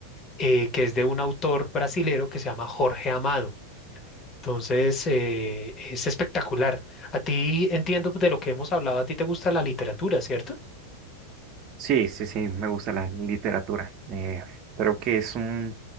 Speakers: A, on the left (about 25°); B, on the right (about 35°).
A: eh, que es de un autor brasilero que se llama Jorge Amado. Entonces, eh, es espectacular. A ti entiendo de lo que hemos hablado, a ti te gusta la literatura, ¿cierto?
B: Sí, sí, sí, me gusta la literatura. Eh, creo que es un,